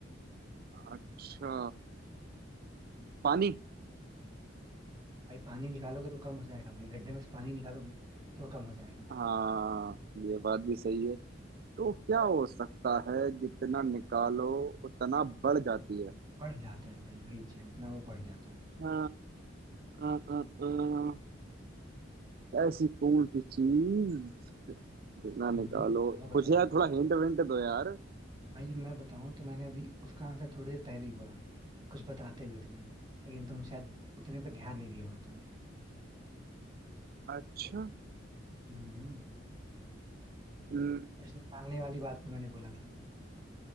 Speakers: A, on the right; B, on the right.
A: अच्छा पानी
B: भाई पानी निकालोगे तो कम हो जाएगा भाई गड्ढे में से पानी निकालोगे तो कम हो जाएगा
A: हाँ ये बात भी सही है तो क्या हो सकता है जितना निकालो उतना बढ़ जाती है
B: बढ़ जाता है भाई वही चीज उतना वो बढ़ जाता है
A: अ, अ, अ, अ, ऐसी कौन सी चीज ना
B: हम्म,
A: निकालो
B: बताओ बताओ
A: कुछ यार थोड़ा हिंट विंट दो यार
B: भाई मैं बताऊं तो मैंने अभी उसका आंसर थोड़ी देर पहले ही बोला कुछ बताते हुए तुम्हें लेकिन तुम शायद उतने पर ध्यान नहीं दिया होगा तुमने
A: अच्छा
B: हम्म
A: हम्म,
B: कुछ निकालने वाली बात पे मैंने बोला था